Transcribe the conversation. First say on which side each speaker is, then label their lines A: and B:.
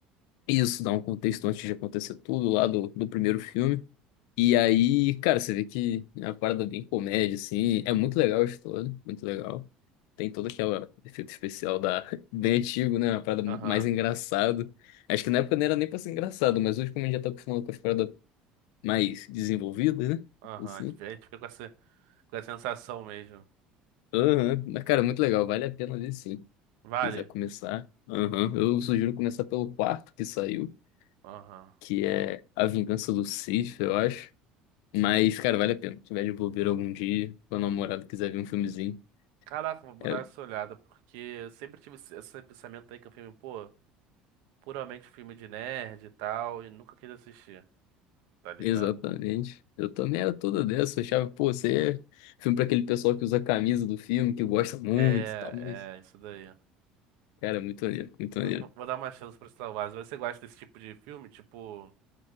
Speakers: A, on the left; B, on the right.
A: Isso dá um contexto antes de acontecer tudo lá do, do primeiro filme. E aí, cara, você vê que é uma parada bem comédia, assim. É muito legal a história, muito legal. Tem todo aquele efeito especial da... <laughs> bem antigo, né? Uma parada
B: Aham,
A: mais engraçado. Acho que na época não era nem pra ser engraçado, mas hoje, como a gente já tá acostumado com as paradas mais desenvolvidas, né?
B: aham.
A: Assim.
B: A gente a gente fica com essa, com essa sensação mesmo.
A: Aham. Mas, cara, muito legal. Vale a pena ver, sim.
B: Vale?
A: quiser começar. Aham. Eu sugiro começar pelo quarto que saiu,
B: Aham.
A: que é A Vingança do Sith, eu acho. Mas, cara, vale a pena. Se tiver de bobeira algum dia, quando a namorada quiser ver um filmezinho.
B: Caraca, vou vou
A: É,
B: dar essa olhada, porque eu sempre tive esse, esse pensamento aí que é um filme, pô, puramente filme de nerd e tal, e nunca quis assistir, tá ligado?
A: exatamente. Eu também era toda dessa. Eu achava, pô, você é filme pra aquele pessoal que usa a camisa do filme, que gosta muito
B: É,
A: e tal. Mas,
B: é, isso daí.
A: cara, é muito maneiro, muito maneiro.
B: Vou, vou- vou dar uma chance pro Star Wars. Você gosta desse tipo de filme? Tipo,